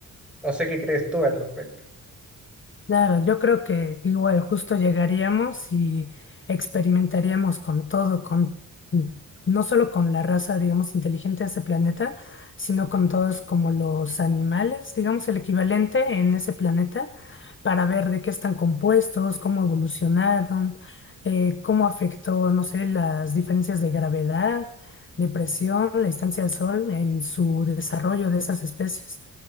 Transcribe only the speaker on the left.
Claro, yo creo que igual justo llegaríamos y experimentaríamos con todo, con no solo con la raza, digamos, inteligente de ese planeta, sino con todos como los animales, digamos, el equivalente en ese planeta, para ver de qué están compuestos, cómo evolucionaron, eh, cómo afectó, no sé, las diferencias de gravedad, de presión, la distancia al sol en su desarrollo de esas especies.